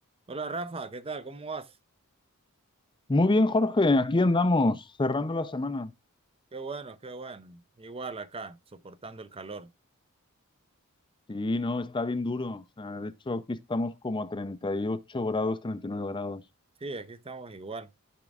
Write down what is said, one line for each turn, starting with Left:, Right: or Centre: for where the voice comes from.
Right: Hola Rafa, ¿qué tal? ¿Cómo vas?
Left: Muy bien, Jorge, aquí andamos, cerrando la semana.
Right: Qué bueno, qué bueno. Igual acá, soportando el calor.
Left: Sí, no, está bien duro. O sea, de hecho, aquí estamos como a 38 grados, treinta y nueve grados.
Right: Sí, aquí estamos igual.